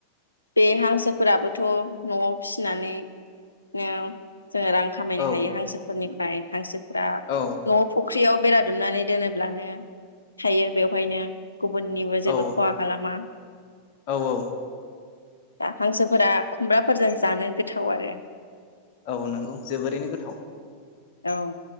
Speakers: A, on the left; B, on the left.
A: बे हांसोफोराबोथ' न'आव फिसिनानैनो जोंङो रां खामायनो
B: औ
A: हायो हांसोफोरनि फ्राय हांसो फ्रा
B: औ
A: न'आव फुख्रियाव बेरा दुमनानै दोनोब्लानो थायो बेवहायनो। गुबुननिबो जेबो
B: औ
A: खहा खालामा।
B: औ औ।
A: दा हांसोफोरा खुमब्राफोरजों जानो गोथाव आरो।
B: औ नंगौ जोबोरैनो गोथाव।
A: औ।